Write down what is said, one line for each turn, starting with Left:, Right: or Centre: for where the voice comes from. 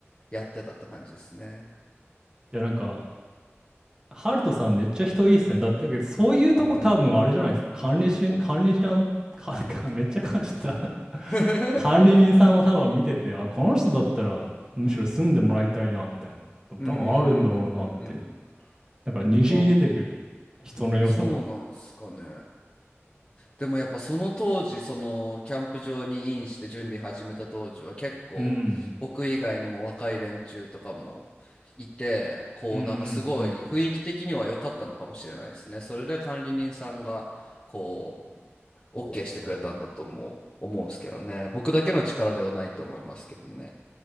Left: やってたって感じですね。
Right: いやなんか、ハルトさんめっちゃ人いいっすね。だってそういうとこ多分あれじゃないですか。管理し、管理しなん、か、<laughs> かめっちゃ噛んじゃった <laughs>
Left: <laughs>
Right: 管理人さんも多分見てて、あ、この人だったらむしろ住んでもらいたいな、みたいな。
Left: うんうんうんうんうんうん。
Right: 多分あるんだろうなって。なんか滲み出てくる人の良さが。
Left: ああ、そうなんすかね。でもやっぱその当時、そのキャンプ場にインして準備始めた当時は結構僕以外にも若い連中とかもいて、
Right: うん。
Left: こうなんかすごい雰囲気的には良かったのかもしれないですね。
Right: うんうんうん。
Left: それで管理人さんがこう OK してくれたんだとも思うんすけどね。僕だけの力ではないと思いますけどね。